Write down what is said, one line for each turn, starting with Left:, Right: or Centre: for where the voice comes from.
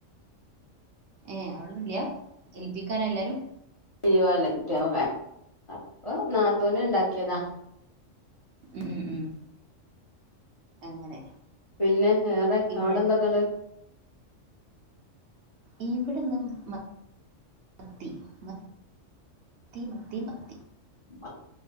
Right: ഏഹ് അവിടെല്ല എൽ പി ക്കാര എല്ലാരും
Left: ലീവാണ് കുട്ട്യാക്കൊക്കെ അപ്പൊ നാത്തൂന് ഉണ്ടാക്കിയതാ
Right: ഉം ഉ ഉം അങ്ങനെ
Left: പിന്നെ വേറെ
Right: പിന്നെ
Left: അവിടെ എന്തൊക്കെണ്ട്
Right: ഇവിടെന്ന് മ മത്തി മ മത്തി മത്തി മത്തി
Left: മ